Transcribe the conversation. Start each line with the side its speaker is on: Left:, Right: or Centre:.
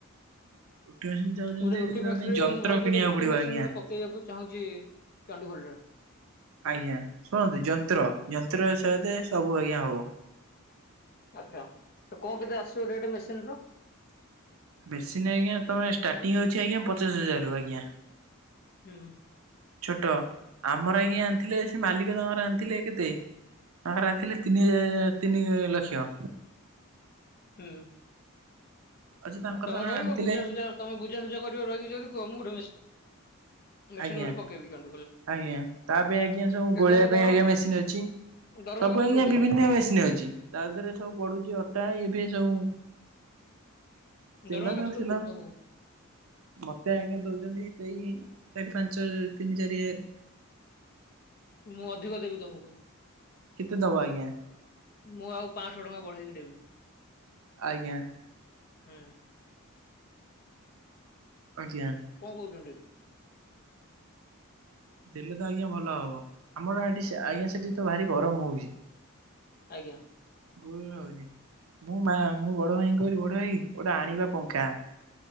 Right: ରୁଟି ମେସିନ ଚାହୁଛନ୍ତି
Left: ଗୋଟେ ରୁଟି
Right: ଯଦି ତା
Left: ଫ୍ୟାକ୍ଟ୍ରିର
Right: ପାଇଁ ଯନ୍ତ୍ର
Left: ମୁଁ ଭାବୁଛି
Right: କିଣିବାକୁ
Left: ଗୋଟେ ରୁଟି
Right: ପଡିବ
Left: ମେସିନ
Right: ଆଜ୍ଞା।
Left: ଗୋଟେ ପକେଇବାକୁ ଚାହୁଁଛି। ଚଣ୍ଡୀିଖୋଲରେ
Right: ଆଜ୍ଞା ଶୁଣନ୍ତୁ ଯନ୍ତ୍ର ଯନ୍ତ୍ର ସତ ସବୁ ଆଜ୍ଞା ହବ।
Left: ଆଚ୍ଛା ତ କଣ କେତେ ଆସିବୁ ରେଟ ମେସିନ ର
Right: ମେଶସି ନା ଆଜ୍ଞା ତମେ ଷ୍ଟାର୍ଟିଂ ହଉଛି ଆଜ୍ଞା ପଚାଶ ହଜାରରୁ ଆଜ୍ଞା
Left: ହୁଁ।
Right: ଛୋଟ ଆମର ଆଜ୍ଞା ଆଣିଥିଲେ ସେ ମାଲିକ ତାଙ୍କର ଆଣିଥିଲେ କେତେ ଆଣିଥିଲେ ତିନି ତିନି ଲକ୍ଷ
Left: ହୁଁ।
Right: ଅଛି ତାଙ୍କର
Left: ହଁ ତମେ
Right: ତାଙ୍କର
Left: ରହିବ
Right: ଆଣିଥିଲେ
Left: ବୁଝାସୁଝା ତମେ ବୁଝାସୁଝା କରିବ ରହିିକି ଯଦି କୁହ ମୁଁ ଗୋଟେ ମିଶି ମେସିନ୍
Right: ଆଜ୍ଞା।
Left: ଗଟେ ପକେଇବି ଜନ୍
Right: ଆଜ୍ଞା ତା ପାଇଁ ଆଜ୍ଞା ସବୁ ଗୋଳେଇବା
Left: ତମକୁ ଦରମା
Right: ପାଇଁ ଆଜ୍ଞା
Left: କେତେ
Right: ମେସିନ୍ ଅଛି।
Left: ଦରମା
Right: ସବୁ
Left: କେତେ
Right: ଆଜ୍ଞା
Left: ଦଉଛନ୍ତି?
Right: ବିଭିନ୍ନ ମେସିନ୍ ଅଛି। ତା ଦେହରେ ସବୁ ପଡୁଛି ଅଟା ଇଏ ଫିଏ ସବୁ। ତେଲସସିଲ
Left: ଦରମା କେତେ ଦଉଛନ୍ତି ତମକୁ?
Right: ମତେ ଆଜ୍ଞା ଦଉଛନ୍ତି ସେଇ ଚାରି ପାଞ୍ଚ ହଜାର ତିନି ଚାରି ହ
Left: ମୁଁ ଅଧିକ ଦେବି ତମକୁ।
Right: କେତେ ଦବା ଆଜ୍ଞା?
Left: ମୁଁ ଆଉ ପାଂଶଟଙ୍କା ବଢେଇକି ଦେବି।
Right: ଆଜ୍ଞା।
Left: ହୁଁ।
Right: ଆଜ୍ଞା।
Left: କ କହୁଛନ୍ତି?
Right: ଦେଲେ ତ ଆଜ୍ଞା ଭଲ ହବ ଆମର ଏଠି ସେ
Left: ହୁଁ
Right: ଆଜ୍ଞା ସେଠି ତ ଭାରି ଗରମ ହଉଛି।
Left: ଆଜ୍ଞା।
Right: ଗୁଲୁମୁଳି ହଉଛି ମୁଁ ମା ମୁଁ ବଡ ଭାଇ ଙ୍କୁ କହିଲି ବଡ ଭାଇ ଗୋଟେ ଆଣିବା ପଙ୍ଖା।